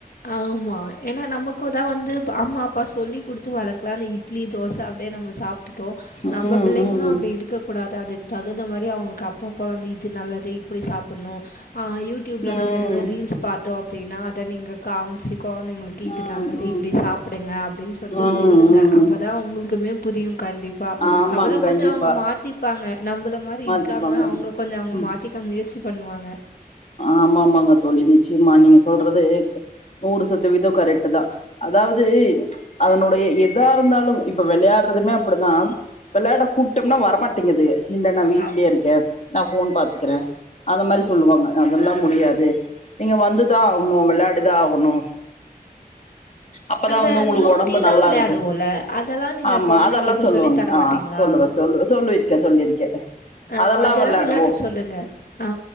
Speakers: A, on the left; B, on the left.
A: ஆமா ஏனா நமக்குதா வந்து அம்மா அப்பா சொல்லி குடுத்து வளக்கல அந்த த் இட்லி தோச அப்டியே நம்ம சாப்ட்டுட்டோ
B: ம்
A: நம்ம பிள்ளங்களு
B: ம்
A: அப்டி இருக்கக்கூடாது அதுக்கு தகுந்த மாரி அவங்களுக்கு அப்ப அப்ப வந்து இது நல்லது இப்டி சாப்பின்ணு ஆ யூடியூப்ல
B: ம்
A: நம்ம எதனா ரீல்ஸ் பாத்தோ அப்டின்னா அத நீங்க காமிச்சீ கொழந்தைங்களுக்கு இது
B: ம்
A: நல்லது
B: ம்
A: இப்டி சாப்பிடுங்க அப்டின்னு
B: ம்
A: சொல்ட்டு சொல்லுங்க
B: ம்
A: அப்ப
B: ம்
A: இதா உங்களுக்குமே புரியு கண்டிப் பா
B: ஆமாங்
A: அப்பதா
B: கண்டிப்பா
A: கொஞ்சோ அவுங்க மாத்திப்பாங்க நம்மள மாரி
B: மாத்திப்பாங்க
A: இருக்காம அவுங்க கொஞ்சோ அவுங்க
B: ம்
A: மாத் திக்க முயற்சி பண்ணுவாங்க
B: ஆமா ஆமாங்க தோழி நிச்சயமா நீங்க சொல்றது நூறு சதவீதோ கரெக்ட் தா அதாவுது அதனுடைய எதா இருந்தாலு இப்ப வெளையாடுறதுமே அப்டிதா வெளையாட கூப்பிட்டோம்னா வரமாட்டேங்குதுக இல்ல நா வீட்லயே
A: ஆமா.
B: இருக்கே நா ஃபோன் பாத்துக்கிறே அந்த மாரி சொல்லுவாங்க அதெல்லா முடியாது நீங்க வந்துதா ஆகணு வெளையாடிதா ஆகுணு அப்பதா
A: அந்த
B: வந்து உங்களுக்கு
A: நொண்டிலாம்
B: ஒடம்பு நல்லா
A: விளையாடுவோம்ல
B: இருக்கு
A: அதெல்லாம் நீங்கள்
B: ஆமா
A: குழந்தைங்களுக்கு
B: அதெல்லா சொல்லுவாங்க
A: சொல்லி தர
B: ஆ
A: மாட்டீங்களா
B: சொல்லுவ சொல்லு சொல்லிருக்கே சொல்லிருக்கே
A: அ
B: அதெல்லா
A: அதெலா
B: விளையாடுவோ
A: விளையாட சொல்லுங்க ஆ